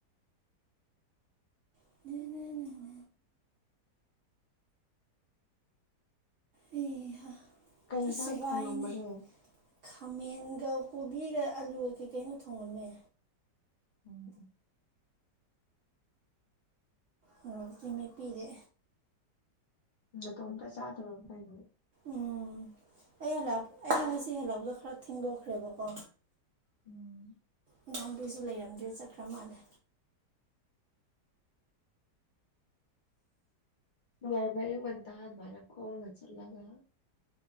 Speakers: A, on the right (about 70°); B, on the left (about 75°).
A: ꯅꯅꯦꯅꯦ <inaudible> ꯑꯩꯍꯥ
B: ꯀꯩ ꯌꯦꯟꯁꯥꯡ
A: ꯑꯁ ꯋꯥꯏꯅꯦ꯫
B: ꯊꯣꯡꯉꯝꯃꯒꯦ
A: ꯈꯥꯃꯦꯟꯒ ꯀꯣꯕꯤꯒ ꯑꯂꯨꯒ ꯀꯩꯀꯩꯅꯣ ꯊꯣꯡꯉꯝꯃꯦ
B: ꯑꯝ
A: ꯃꯣꯔꯣꯛꯇꯤ ꯃꯦꯠꯄꯤꯔꯦ
B: ꯎꯝ ꯅꯇꯣꯝꯇ ꯆꯥꯗꯨꯢꯔꯣ ꯀꯩꯅꯣ
A: ꯎꯝ ꯑꯩ ꯍꯂꯛ ꯑꯩ ꯉꯁꯤ ꯍꯜꯂꯛꯄꯗꯣ ꯈꯔ ꯊꯦꯡꯗꯣꯛꯈ꯭ꯔꯦꯕꯀꯣ꯫
B: ꯎꯝ
A: ꯑꯉꯥꯡꯗꯣꯏꯁꯨ ꯂꯩꯔꯝꯗ꯭ꯔꯦ ꯆꯠꯈ꯭ꯔ ꯃꯥꯜꯂꯦ
B: ꯅꯨꯡꯉꯥꯢꯕꯔꯥ ꯑꯌꯨꯛ ꯉꯥꯟꯇꯅ ꯑꯗꯨꯃꯥꯢꯅ ꯈꯣꯡꯅ ꯆꯜꯂꯒ